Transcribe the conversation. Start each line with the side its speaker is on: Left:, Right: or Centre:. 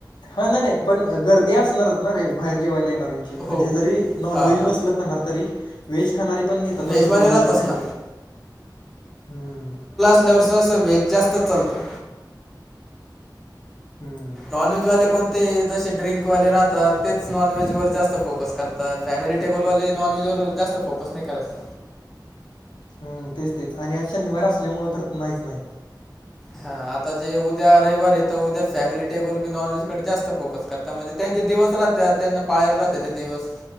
Left: हा नाही नाही पण गर्दी असणारच ना रे बाहेर जेवायला येणार्यांची. म्हणजे
Centre: हो
Left: जरी नॉनव्हेज
Centre: हां हां
Left: नसल खणार तरी व्हेज खाणारी पण येतात
Centre: व्हेजवाले
Left: ना सुट्टी दिवशी
Centre: राहतच
Left: बाहेर
Centre: ना
Left: येतात हम्म.
Centre: आपल्याकडचं असं वेज जास्तच चालतं.
Left: हम्म.
Centre: नॉनवेजवाले कोणते जसे ड्रिंकवाले राहतात तेच नॉनव्हेजवर जास्त फोकस करतात. फॅमिली टेबलवाले नॉन व्हेज वर जास्त फोकस नाही करत.
Left: हम्म तेच तेच आणि आज शनिवार असल्या मूळ तर नाहीच नाही.
Centre: हा आता जे उद्या रविवार आहे त उद्या फॅमिली टेबल बि नॉन व्हेज कडे जास्त फोकस करता म्हणजे त्यांचे दिवस राहत्यात त्यांना पाळाला राहते ते दिवस.